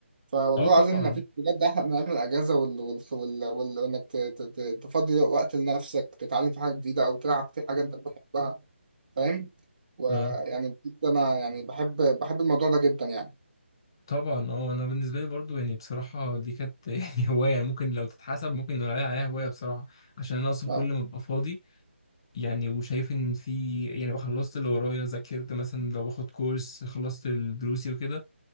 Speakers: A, on the right; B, on the left.
A: فوالله
B: اه طبعا
A: العظيم ما فيش بجد احلى من ايام الاجازة وال وال وال وال- وانك ت- ت- ت- تفضي وقت لنفسك تتعلم في حاجة جديدة او تلعب في حاجة انت بتحبها فاهم ويعني
B: اه
A: بجد انا يعني بحب بحب الموضوع ده جدا يعني
B: طبعا اه انا بالنسبه لي برضو يعني بصراحه دي كانت <laughs> يعني هوايه يعني ممكن لو تتحسب ممكن نقول عليها عليها هوايه بصراحه عشان انا اصلا
A: اه
B: كل ما ببقى فاضي يعني وشايف ان في يعني خلصت اللي ورايا ذاكرت مثلا لو باخد كورس خلصت دروسي وكده